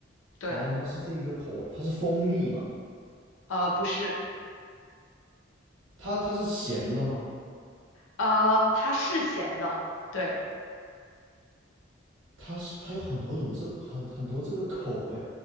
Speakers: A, on the left; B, on the right.
A: 对，
B: 然后呢，它是这一个口味，它是蜂蜜嘛？
A: 呃，不是，
B: 它它是咸的吗？
A: 呃，它是咸的。对。
B: 它是它有很多种这很很多这个口味，